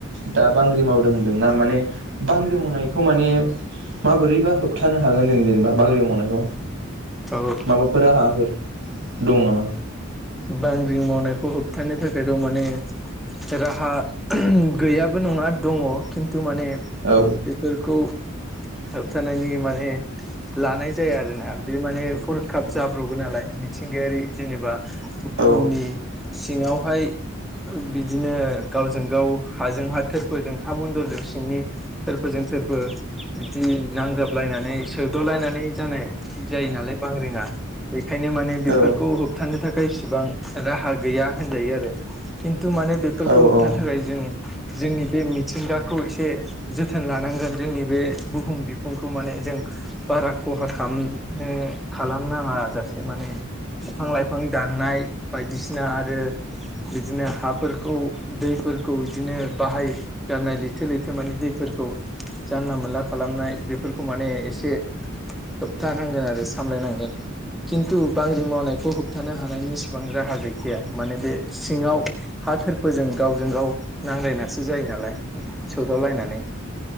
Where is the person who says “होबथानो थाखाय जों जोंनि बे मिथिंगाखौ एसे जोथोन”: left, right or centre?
Centre